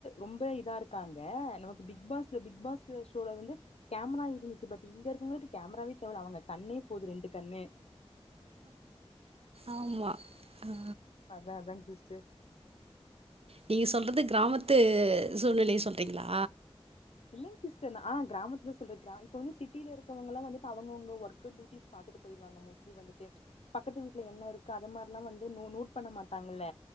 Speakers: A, on the left (about 75°); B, on the right (about 65°).
A: ரொம்ப இதா இருக்காங்க நமக்கு பிக் பாஸ்ல பிக் பாஸ்ஸ ஷோல வந்து கேமரா இருந்துச்சு பட் இங்க இருக்கவங்களுக்கு கேமராவே தேவல அவங்க கண்ணே போது ரெண்டு கண்ணு
B: ஆமா அ
A: அதா அதாங் சிஸ்டர்
B: நீங்க சொல்றது கிராமத்து சூழ்நிலைய சொல்றீங்ளா
A: இல்லைங் சி்ஸ்டர் ந ஆ கிராமத்துல சொல்ற கிரா இப்போ வந்து சிட்டியில இருக்கவங்கலா வந்துட்டு அவங்கவங்க ஒர்க் டூட்டிஸ் பாத்துட்டு போய்ருவாங்க மோஸ்லி வந்துட்டு பக்கத்து வீட்டுல என்ன இருக்கு அத மார்ல்லா வந்து னு நூட் பண்ண மாட்டாங்கல்ல